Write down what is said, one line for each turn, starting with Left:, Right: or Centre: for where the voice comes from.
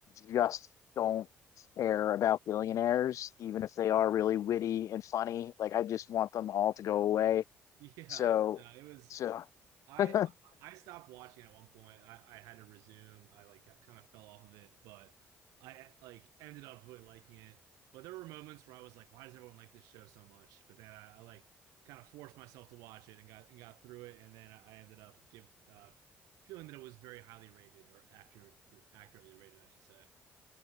Left: just don't care about billionaires, even if they are really witty and funny. Like I just want them all to go away.
Right: Yeah,
Left: So,
Right: no, it was.
Left: so <laughs>
Right: I
Left: it's
Right: I stopped watching at one point. I, I had to resume. I like kind of fell off of it, but I like ended up really liking it. But there were moments where I was like, why does everyone like this show so much? But then I, I like kind of forced myself to watch it and got and got through it, and then I ended up give uh, feeling that it was very highly rated or accurate accurately rated, I should say.